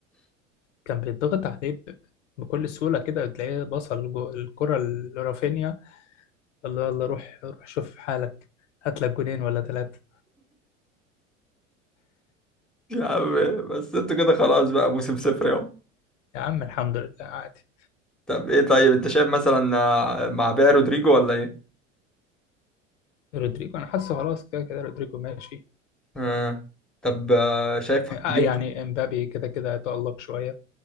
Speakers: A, on the left; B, in the centre.
A: كان بيتضغط عليه ب... ب- بكل سهوله كده تلاقيه بصل جو... الكره لرافينيا الله الله روح روح شوف حالك هات لك جونين ولا ثلاثه
B: يا عم بس انتوا كده خلاص بقى موسم صفر يا
A: يا عم الحمد لله عادي
B: طب ايه طيب انت شايف مثلا آه، مع بيع رودريجو ولا ايه؟
A: رودريجو انا حاسه خلاص كده كده رودريجو ماشي
B: آه. طب آه، شايف
A: آه،
B: تجيبه
A: يعني امبابي كده كده هيتألق شوية